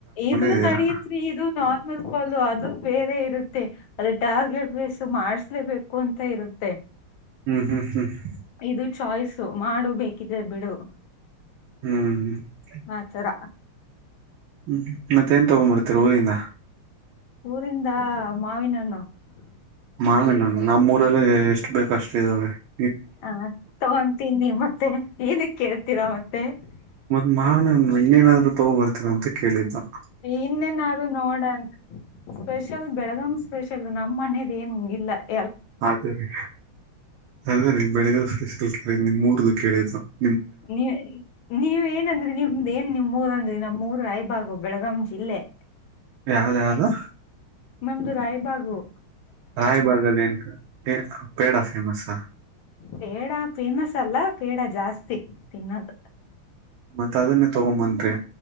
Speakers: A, on the left; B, on the right.
A: ಇದು,
B: ಇದೀರಾ
A: ನಡುತ್ರಿ, ಇದು ನಾರ್ಮಲ್ ಕಾಲು ಅದು... <unintelligible> ಬೇರೆ, ಇರುತ್ತೆ ಅದ್ರ ಟಾರ್ಗೆಟ್ ಬೇಸ್ ಮಾಡಸ್ಲೇಬೇಕು? ಅಂತ ಇರುತ್ತೆ. <unintelligible>
B: ಹ್ಮ್, ಹ್ಮ್, ಹ್ಮ್. <inaudible>
A: ಇದು ಚಾಯ್ಸು ಮಾಡು, ಬೇಕಿದೆ ಬಿಡು. <inaudible>
B: ಹ್ಮ್.. <inaudible>
A: ಆತರ
B: ಹ್ಮ್, ಹ್ಮ್. ಮತ್ತೆ ಏನುತಗೊಂಬರ್ತೀರ, ಉರಿಯಿಂದ. <unintelligible>
A: ಊರಿಂದಾ, ಮಾವಿನ ಹಣ್ಣು. <unintelligible>
B: ಮಾವಿನ ಹಣ್ಣು, ನಮ್ಮೂರಲಿ, ಎಷ್ಟು ಬೇಕು ಅಷ್ಟು, ಇದ್ದಾವೆ. <unintelligible>
A: ಹಾ, ತಗೊಂತೀನಿ, ಮತ್ತೆ ಏನುಕೈ, ಕೇಳ್ತೀರಾ ಮತ್ತೆ.
B: ಮತ್
A: <unintelligible>
B: ಮಾವಿನ ಹಣ್ಣು ಇನ್ನೇನಾದ್ರು ತಗೋ, ಬರ್ತಿದೆ ಅಂತ ಕೇಳಿದು. <inaudible>
A: ಇನ್ನೇನಾರು ನೋಡಣ, ಸ್ಪೆಷಲ್ ಬೆಳಗಂ ಸ್ಪೆಷಲ್ ನಮ್ಮ್ ಮನೆದು. <unintelligible> ಏನ್, ಹಂಗಿಲ್ಲ. <inaudible>
B: ಅದೇ, ರೀ, ಅದೇ ರೀ ಬೆಳಿಗ್ಗೆ, ಒಂದು ಸತ್ತಿ. <unintelligible> ಕೇಳಿದು, ನಿಮ್ ಉರುಧು ಕೇಳಿದು. <inaudible>
A: ನೀವೆ, ನೀವ ಏನಂದ್ರೆ, ನಿಮ್ದ ಏನ್ ನಿಮ್ರಂದ. <unintelligible> ನಮ್ಮ, ಊರು ರಾಯಬಾಗು ಬೆಳಗಾಂ ಜಿಲ್ಲೆ. <unintelligible>
B: ಯಾವ್ದ, ಯಾವ್ದು. <inaudible>
A: ನಮ್ದು, ರಾಯ ಬಾಗು. <inaudible>
B: ರಾಯಬಾಗಾಲೀ, ಏನು ಸರ್, ಪೇಡಫೇಮಸ್. <unintelligible> ಹ.. <inaudible>
A: ಪೇಡ, ಫೇಮಸ್ ಅಲ್ಲ. ಪೇಡ ಜಾಸ್ತಿ ತಿನ್ನೋದು. <unintelligible>
B: ಮತ್ತತ್ ಅದನ್ನೇ ತಗೊಂಬನ್ಿ